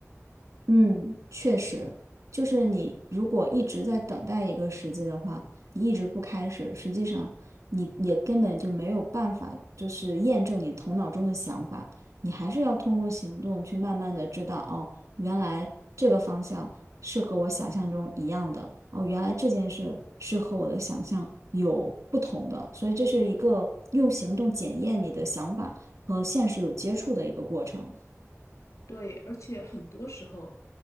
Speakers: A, on the right; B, on the left.
A: 嗯，确实，就是你如果一直在等待一个时机的话，你一直不开始，实际上你也根本就没有办法，就是验证你头脑中的想法，你还是要通过行动去慢慢的知道，哦，原来这个方向是和我想象中一样的，哦，原来这件事是和我的想象有不同的，所以这是一个用行动检验你的想法和现实有接触的一个过程。
B: 对，而且很多时候，